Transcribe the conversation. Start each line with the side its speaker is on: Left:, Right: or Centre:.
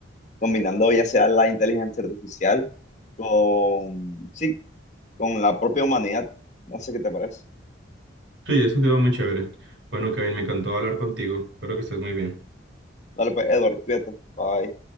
Left: combinando ya sea la inteligencia artificial con, sí, con la propia humanidad. No sé qué te parece.
Right: Sí, es un tema muy chévere. Bueno, Kevin, me encantó hablar contigo. Espero que estés muy bien.
Left: Dale pues, Edward, cuídate. Bye.